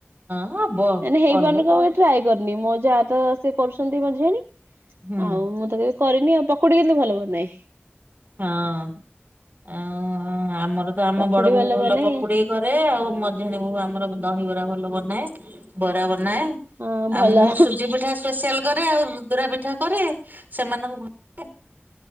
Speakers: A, on the right (about 50°); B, on the right (about 75°).
A: ହଁ। ହବ
B: ମାନେ ହେଇପାରୁନ
A: କଲେ
B: କ
A: କଣ
B: ଆମ ଟ୍ରାଏ କରି ନି ମୋ ଯା ତ ସିଏ କରୁଛନ୍ତି ମଝିଆଣି
A: ହୁଁ।
B: ଆଉ ମୁଁ ତ କେବେ କରିନି ଆଉ। ପକୁଡି କିନ୍ତୁ ଭଲ ବନାଏ।
A: ହଁ ହ। ଆମର ତ ଆମ
B: ପକୁଡି
A: ବଡ ବୋହୁ ଭଲ
B: ବନାଏ
A: ପକୁଡି କରେ। ଆଉ ମଝିଆଣୀ ବୋହୁ ଆମର ଦହିବରା ଭଲ ବନ ନାଏ ବରା ବ ନାଏ
B: ହଁ ଭଲ।
A: ଆଉ ମୁଁ ସୁଜି ପିଠା ସ୍ପେସିଆଲ କରେ ଆଉ ଦୁଦୂରା ପିଠା କରେ। ସେମାନଙ୍କୁ